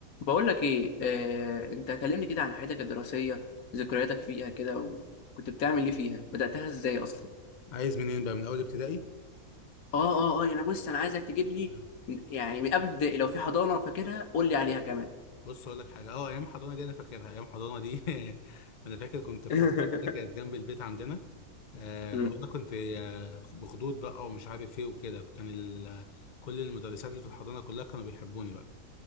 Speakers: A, on the left; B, on the left.
A: بقول لك ايه آه، انت كلمني كده عن حياتك الدراسيه ذكرياتك فيها كده وكنت بتعمل ايه فيها بداتها ازاي اصلا
B: عايز منين بقى من اول ابتدائي
A: اه اه اه يعني بص انا عايزك تجيب لي
B: مم.
A: من- يعني من قبل ابتدائي لو في حضانه فاكرها قول لي عليها كمان
B: بص اقول لك حاجه اه ايام حضانه دي انا فاكرها ايام حضانه دي <laughs> انا فاكر كنت في
A: <laughs>
B: حضانه كده كانت جنب البيت عندنا آه
A: مم.
B: وانا كنت آه بخدود بقى ومش عارف ايه وكده فكان ال- كل المدرسات اللي في الحضانه كلها كانوا بيحبوني بقى